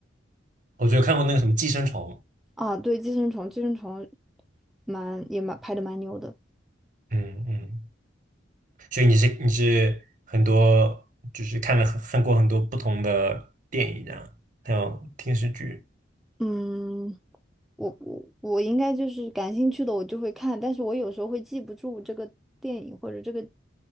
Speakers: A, on the right; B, in the centre.
A: 我觉得看过那个什么《寄生虫》，
B: 啊？对，《寄生虫》，《寄生虫》蛮也蛮拍的蛮牛的。
A: 嗯嗯，所以你是你是很多就是看了很看过很多不同的电影这样，还有电视剧，
B: 嗯，我我我应该就是感兴趣的我就会看，但是我有时候会记不住这个电影或者这个